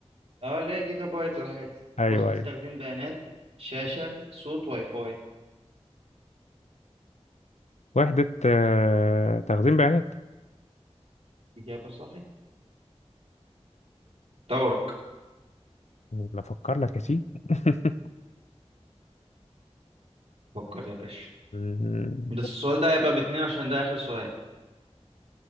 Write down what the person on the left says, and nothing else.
ايوه
ايوه
وحده آه، تخزين بيانات
بفكر لك يا سيدي <laughs>
مم.